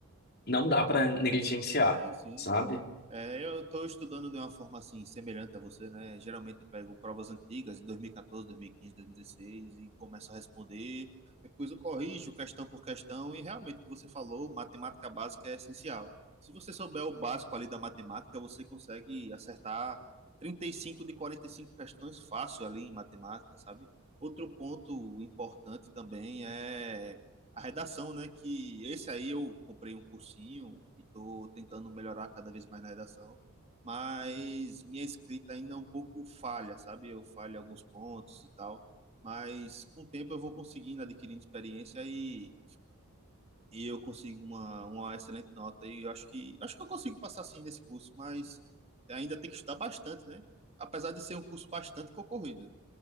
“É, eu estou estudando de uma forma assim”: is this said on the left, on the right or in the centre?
Right